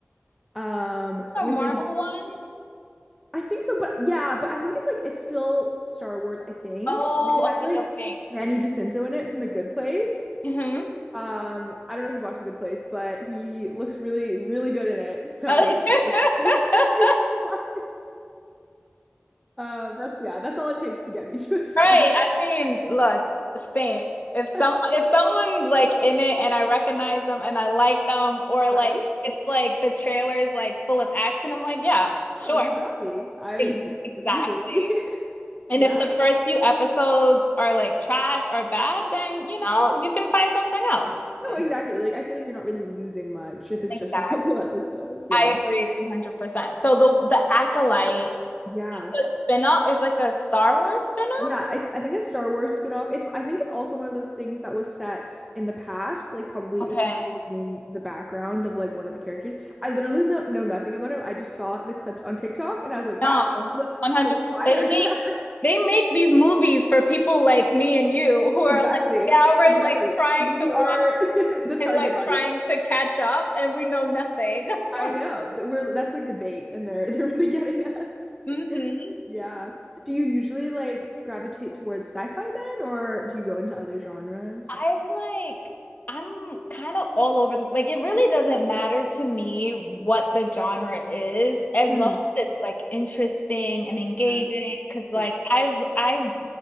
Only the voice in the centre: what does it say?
Um
with
like
I think so, but yeah, but I think it's like it's still Star Wars, I think.
And it
has like
Manny Jacinto in it from The Good Place.
Um I don't know if you've watched The Good Place, but he looks really, really good in it. So
that's what's <laughs> tempting me to watch. Uh, that's yeah, that's all it takes to get me <laughs> to a show,
<laughs>
right?
Oh, you got me. I
you,
you easily. <laughs>
Yeah.
No,
exactly. Like I feel like you're not really losing much if it's just
a <laughs> couple episodes. Yeah.
Yeah.
Yeah, it's I think a Star Wars spin-off. It's I think it's also one of those things that was set in the past, like probably
explaining the background of like one of the characters. I literally lo- know nothing about him. I just saw the clips on TikTok and I was like,
wow, <laughs> looks
looks fire."
<laughs>
Exactly.
Exactly.
We
are <laughs> the target
audience.
I know that we're that's like the bait and they're <laughs> they're really getting us.
Yeah. Do you usually like gravitate towards sci-fi then or do you go into other genres?
Hmm.
Yeah.
Yeah.